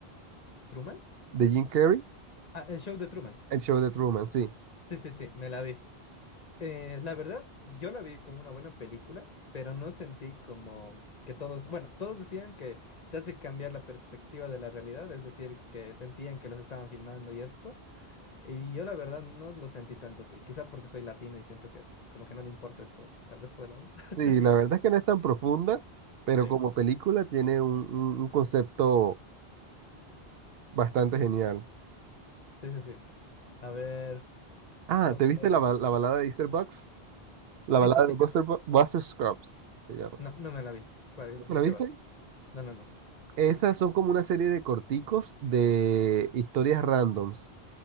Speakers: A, on the left (about 40°); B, on the right (about 70°).
A: ¿Truman?
B: de Jim Carrey,
A: Ah, el show de Truman.
B: el show de Truman, sí.
A: Sí, sí, sí, me la vi. Eh, la verdad, yo la vi como una buena película, pero no sentí como que todos, bueno, todos decían que te hace cambiar la perspectiva de la realidad, es decir, que sentían que los estaban filmando y esto, y yo la verdad no lo sentí tanto así, quizá porque soy latino y siento que como que no le importa esto al resto del mundo. <laughs>
B: Sí, la verdad es que no es tan profunda, pero
A: Sí,
B: como película tiene un, un- un concepto bastante genial.
A: sí, sí, sí. A ver,
B: Ah,
A: otro.
B: ¿te viste la, ba- la balada de Easter Bucks? La
A: eso
B: balada
A: sí
B: de Buster,
A: que no.
B: Bu- Buster Scruggs se llama.
A: No, no me la vi. ¿Cuál-
B: ¿No te
A: ¿De
B: la viste?
A: qué va? No, no, no.
B: Esas son como una serie de corticos de historias randoms,